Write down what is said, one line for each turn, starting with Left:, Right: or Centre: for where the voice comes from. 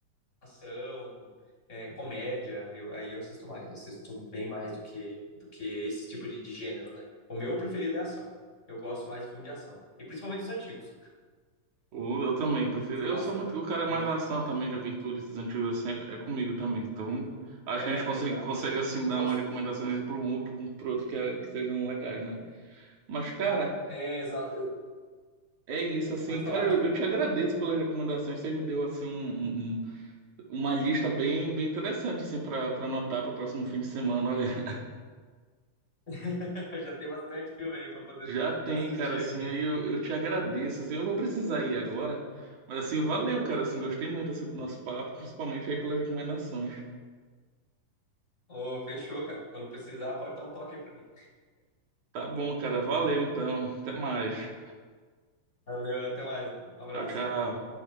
Left: ação, é, comédia, eu, aí eu assisto mais, assisto bem mais do que, do que esse tipo de, de gênero, né? O meu preferido é ação. Eu gosto mais de filme de ação. E principalmente os antigos.
Right: O- Eu também prefiro.
Left: Você
Right: Eu
Left: gosta.
Right: sou muito o cara é
Left: né?
Right: mais da ação também, de aventura, esses antigos assim, é, é comigo também. Então, acho
Left: É,
Right: que a gente consegue,
Left: exato.
Right: consegue assim, dar
Left: Eu gosto.
Right: umas recomendações por um ou por, um, por outro que, é- que sejam legais, né? Mas, cara,
Left: É, exato. Eu-
Right: é isso, assim,
Left: Pode
Right: cara,
Left: falar,
Right: eu,
Left: desculpa.
Right: eu te agradeço pelas recomendações. Você me deu, assim, um, um- um- uma lista bem, bem interessante, assim, pra, pra anotar pro próximo fim de semana. Olha, <laughs>
Left: <laughs> Já tem bastante filme aí pra poder
Right: já tem,
Left: assistir.
Right: cara, assim, aí eu, eu te agradeço, assim, eu vou precisar ir agora. Mas, assim, valeu, cara, assim, gostei muito, assim, do nosso papo, principalmente aí pelas recomendações.
Left: Ô, fechou, cara. Quando precisar, pode dar um toque aí pra mim.
Right: Tá bom, cara. Valeu então. Até mais.
Left: Valeu, até mais. Um abraço.
Right: Tchau, tchau.